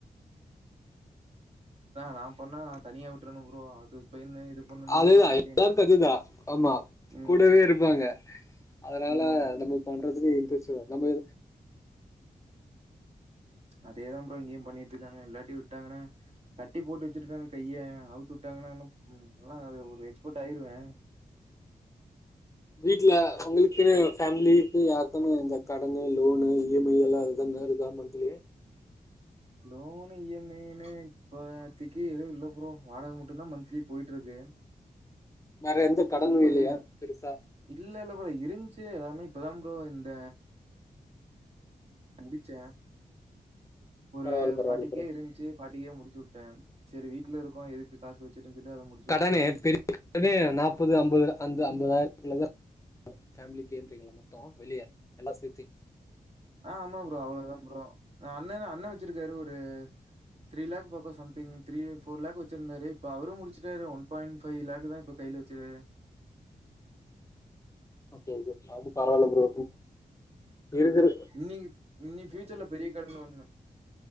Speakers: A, on the right; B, on the left.
A: அதா நா பண்ணா தனியா விட்ருனோ ப்ரோ அது பெயினு இது பண்ணுனா
B: அதுதா
A: பண்றக்கே
B: எல்லாருக்கு அதுதா ஆமா
A: ம்
B: கூடவே இருப்பாங்க அதனால
A: ம்
B: நம்ம பண்றதுக்கு இன்ரஸ்டு வரு நம்ப
A: அதேதா ப்ரோ இங்கேயு பண்ணிட்டுயிருக்காங்க இல்லாட்டி விட்டாங்ன்னா கட்டி போட்டு வெச்சிருக்காங்க கைய அவுத்து உட்டாங்ன்னா இன்னு ம் ஆனா அதுல ஒரு எக்ஸ்போர்ட் ஆயிருவே
B: வீட்ல உங்களுக்குனு ஃபேமிலி இல்ல யார்தனா இந்த கடன்னு லோனு இஎம்ஐ எல்லா எதனாயிருக்க monthly
A: loan E M I ன்னு இப்பதிக்கி எதுவு இல்ல ப்ரோ வாடக மட்டுந்தா மந்த்லி போய்டுருக்கு
B: வேற எந்த கடனு இல்லயா
A: எது
B: பெருசா
A: இல்ல இல்ல ப்ரோ இருந்துச்சு எல்லாமே இப்பதா ப்ரோ இந்த முடிச்சே ஒரு
B: பரவால்ல பரவால்ல
A: ஃபாட்டி
B: ப்ரோ
A: கே இருந்துசு பாட்டுகே முடிச்உட்டே சரி வீட்ல இருக்கோ எதுக்கு காசு வெச்சுட்டு அதுல முடி
B: கடனே பெரிய கடனே நாப்பது அம்பரூவா அந்த அம்பதாயிரத்துக்குல்லதா ஃபேமிலிக்கே எத்திங்ளா மொத்தோமா வெளிய எல்லா சேத்து
A: ஆ ஆமா ப்ரோ அவ்ளோதா ப்ரோ அண்ணனே அண்ண வெச்சிருக்காரு ஒரு த்ரீ லேக் போக சம்ந்திங் த்ரீ ஃபோர் லேக் வெச்சிர்ந்தாரு இப்ப அவுரு முடிச்சட்டாரு ஒன்பாயிண்ட் பைவ்லேக் தா இப்போ கைல வெச்சுரு
B: ஓகே ஓகே அது பரவால்ல ப்ரோ இருக்குரு
A: இன்னிக் இனி ஃபியூச்சர்ல பெரிய கடன் ஒண்ணு